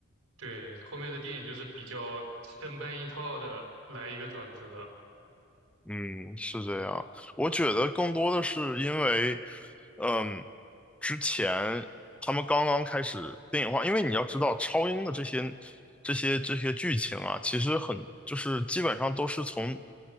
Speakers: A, on the right; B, in the centre.
A: 对后面的电影就是比较生搬硬套的来一个转折，
B: 嗯，是这样。我觉得更多的是因为，嗯，之前他们刚刚开始电影化，因为你要知道，超英的这些、这些、这些剧情啊，其实很就是基本上都是从